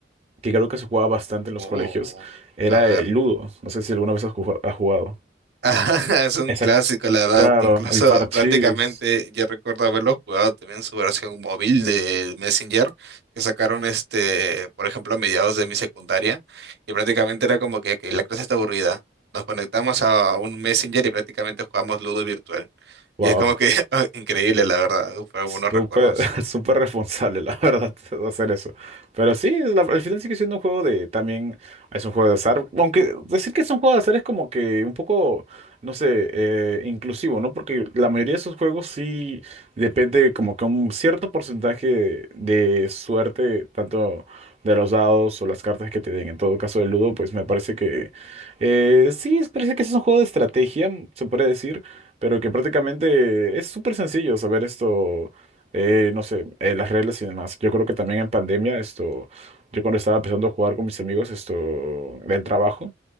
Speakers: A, on the right; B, on the right.
A: que creo que se jugaba bastante en los
B: Oh,
A: colegios, era
B: a ver.
A: el Ludo. No sé si alguna vez has jugado. has jugado.
B: <laughs> es un
A: Exacto.
B: clásico, la verdad.
A: Claro,
B: Incluso
A: el parchís.
B: prácticamente yo recuerdo haberlo jugado también en su versión móvil de Messenger, que sacaron este, por ejemplo, a mediados de mi secundaria. Y prácticamente era como que, que la clase está aburrida. Nos conectamos a un Messenger y prácticamente jugamos Ludo virtual.
A: wow
B: Y es como que <laughs> increíble, la verdad. Fue buenos
A: Súper,
B: recuerdos.
A: <laughs> súper responsable, la verdad, <laughs> hacer eso. Pero sí, la- al final sigue siendo un juego de, también es un juego de azar. Aunque decir que es un juego de azar es como que un poco, no sé, eh, inclusivo, ¿no? Porque la mayoría de esos juegos sí depende como que un cierto porcentaje de suerte, tanto de los dados o las cartas que te den. En todo caso, el Ludo, pues me parece que eh, sí, parece que es un juego de estrategia, se puede decir pero que prácticamente es súper sencillo saber esto, eh, no sé, eh, las reglas y demás. Yo creo que también en pandemia, esto, yo cuando estaba empezando a jugar con mis amigos, esto, del trabajo,